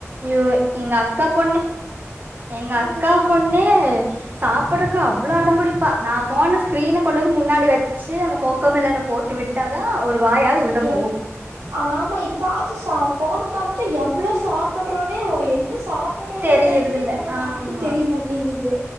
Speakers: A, on the right (about 40°); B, on the right (about 85°).
A: யோ எங்க அக்கா பொண்ணு எங்க
B: ம்
A: அக்கா பொண்ணு சாப்பட்றக்கு அவ்ளோ அடம்புடிப்பா நா ஃபோன ஸ்க்ரீன கொண்டு வந்து முன்னாடி வெச் சி அந்த கோக்கமெலன்ன போட்டு விட்டாதா ஒரு வாயாது உள்ள
B: எ
A: போகு
B: ஆமா இப்ப அது ச ஃபோனு காமுச்சு எவ்ளோ சாப்புட்றானே ஓ என்ன சா சாப்ட்றாங்கன்ற
A: தெரியறதில்ல
B: வரக்கிமே இப்பெல்லா யாருக்கு
A: ஆமா
B: தெரியமாட்டிங்குது